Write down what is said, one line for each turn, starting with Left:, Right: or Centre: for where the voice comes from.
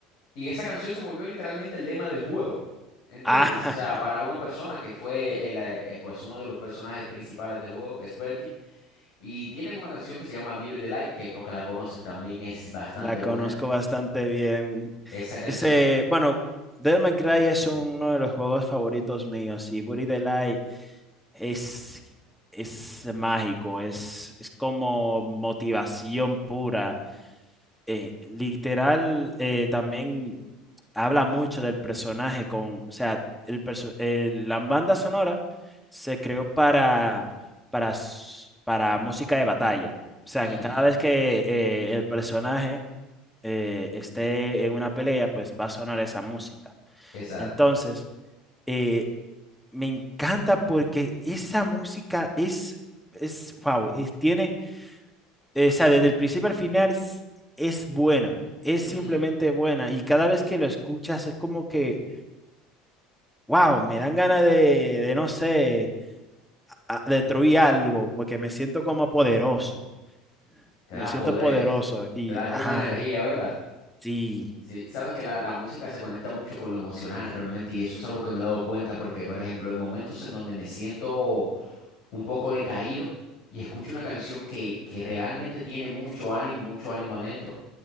Left: y esa canción se volvió literalmente el lema del juego. ¿Entiendes?
Centre: ah,
Left: O sea, para
Centre: <laughs>
Left: una persona que fue el, eh, pues uno de los personajes principales del juego, que es Virgil. Y tienen una canción que se llama Beauty the Light, que creo que la conoces también, es bastante
Centre: la
Left: buena.
Centre: conozco bastante bien.
Left: Esa canción,
Centre: Ese, bueno, Devil May Cry es uno de los juegos favoritos míos y Buri the Light es, es mágico, es, es como motivación pura. Eh, literal, eh, también habla mucho del personaje con, o sea, el perso- el- la banda sonora se creó para, para, s- para música de batalla. O sea,
Left: ujú,
Centre: que cada vez que eh, el personaje eh, esté en una pelea, pues va a sonar esa música.
Left: exacto,
Centre: Entonces, eh, me encanta porque esa música es, es, wow, es, tiene, eh, o sea, desde el principio al final es es buena, es
Left: ujú,
Centre: simplemente buena. Y cada vez que lo escuchas es como que wow, me dan ganas de, de no sé, a- destruir algo, porque me siento como poderoso,
Left: Te
Centre: me
Left: da
Centre: siento
Left: poderes,
Centre: poderoso y,
Left: te da como
Centre: ajá,
Left: energía, ¿verdad?
Centre: sí,
Left: Sí, sabes que la, la música se conecta mucho con lo emocional realmente, y eso es algo que me he dado cuenta, porque, por ejemplo, en momentos en donde me siento un poco decaído y escucho una canción que, que realmente tiene mucho ánimo, mucho ánimo adentro,